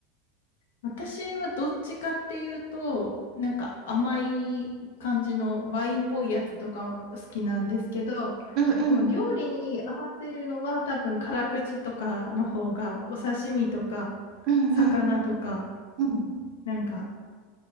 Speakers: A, on the left; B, on the right.
A: 私はどっちかっていうと、なんか甘い感じのワインっぽいやつとか好きなんですけど、
B: うんうん。
A: でも料理に合わせるのは多分辛口とかの方がお刺身とか
B: うんうん
A: 魚とか、
B: うんうん
A: なんか